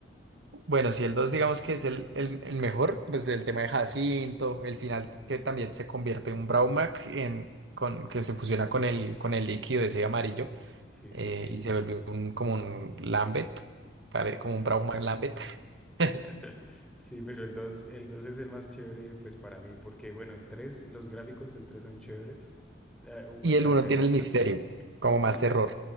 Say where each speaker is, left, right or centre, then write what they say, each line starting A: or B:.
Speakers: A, on the right; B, in the centre.
A: Bueno, si el 2 digamos que es el, el, el mejor, pues el tema de Jacinto,
B: Ujú.
A: el final que también se convierte en un Braumac en, con, que se fusiona con el, con el líquido ese amarillo
B: Sí,
A: eh,
B: sí, sí.
A: y se volvió un, como un Lambeth, pare-
B: Ajá.
A: como un Braumac Lambeth. <laughs>
B: <laughs> Sí, pero el dos, el 2 es el más chévere, pues para mí, porque bueno, el 3, los gráficos del 3 son chéveres, eh, u-
A: Y
B: o sea,
A: el uno
B: se
A: tiene
B: nota.
A: el misterio, como
B: Sí,
A: más terror.